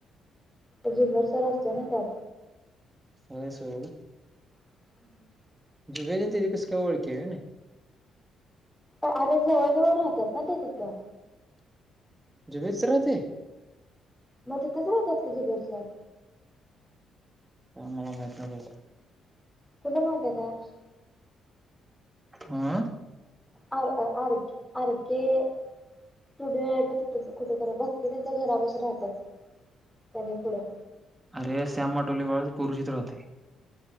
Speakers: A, in the centre; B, on the right.
A: झुंबर सर असतोय ना त्यात
B: होय सोड
A: <unintelligible>
B: जुब्याची आणि तेझी कशी काय ओळखी आहे कणी
A: अरे जवळ जवळ राहतात ना ते तिथं
B: जुबेदसर तिथं राहतंय
A: मग तिथंच राहतात कि जुबेर सर
B: काय मला माहित नाही बाबा
A: कुठ माहिती आहे का
B: हा
A: आ आर आरके स्टुडिओ आहे ब तिथ कुठ तर भक्तीच्या घरापशी राहतात त्याने पुढं
B: अरे श्याममटोली बाळ कोरोचीत राहतंय.